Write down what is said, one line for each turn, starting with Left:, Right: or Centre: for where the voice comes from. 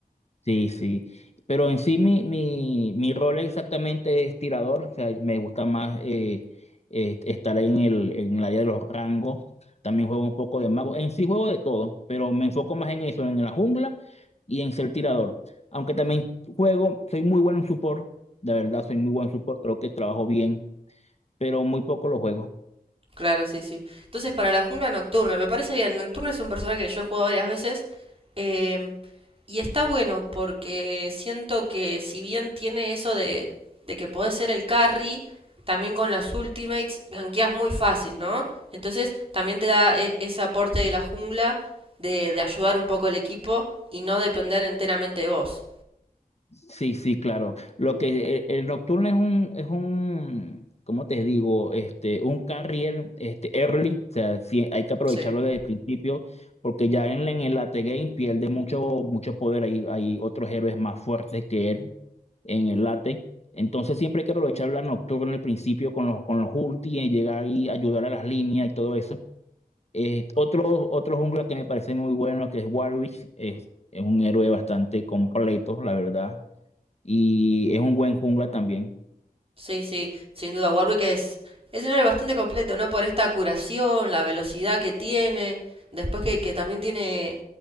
Left: sí, sí. Pero en sí mi, mi, mi rol exactamente es tirador. O sea, me gusta más eh, eh, estar en el, en el área de los rangos. También juego un poco de mago. En sí juego de todo, pero me enfoco más en eso, en la jungla y en ser tirador. Aunque también juego, soy muy bueno en support. De verdad, soy muy buen support. Creo que trabajo bien, pero muy poco lo juego.
Right: Claro, sí, sí. Entonces, para la jungla Nocturne, me parece bien. Nocturne es un personaje que yo he jugado varias veces. eh, y está bueno porque siento que, si bien tiene eso de, de que podés ser el carry, también con las ultimates gankeas muy fácil, ¿no? Entonces, también te da e- ese aporte de la jungla de, de ayudar un poco al equipo y no depender enteramente de vos.
Left: Sí, sí, claro. Lo que eh, el, Nocturne es un, es un, ¿cómo te digo? Este, un carrier, este, early. O sea, sí, hay que aprovecharlo
Right: Sí.
Left: desde el principio, porque ya en, en el late game pierde mucho, mucho poder. Hay, hay otros héroes más fuertes que él en el late. Entonces siempre hay que aprovechar la Nocturne al principio con los, con los ulti, y llegar y ayudar a las líneas y todo eso. Eh, otro, otro jungla que me parece muy bueno, que es Warwick, es, es un héroe bastante completo, la verdad y es un buen jungla también.
Right: Sí, sí, sin duda. Warwick es, es un héroe bastante completo, ¿no? Por esta curación, la velocidad que tiene, después que, que también tiene